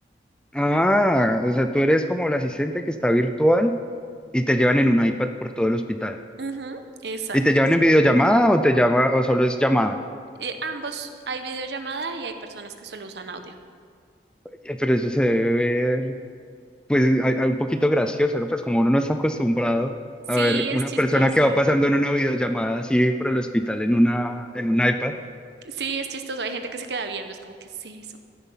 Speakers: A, in the centre; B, on the right (about 75°).
A: Ah, o sea, tú eres como el asistente que está virtual y te llevan en un iPad por todo el hospital.
B: Ujú, exacto.
A: ¿Y te llaman en videollamada o te llama o solo es llamada?
B: Eh, ambos, hay videollamada y hay personas que solo usan audio.
A: Eh, Pero eso se debe ver, pues, a- a un poquito gracioso, ¿no? Pues como uno no está acostumbrado
B: Sí,
A: a ver una
B: es chistoso.
A: persona que va pasando en una videollamada así por el hospital en una, en un iPad.
B: Sí, es chistoso. Hay gente que se queda viendo, es como, ¿qué es eso?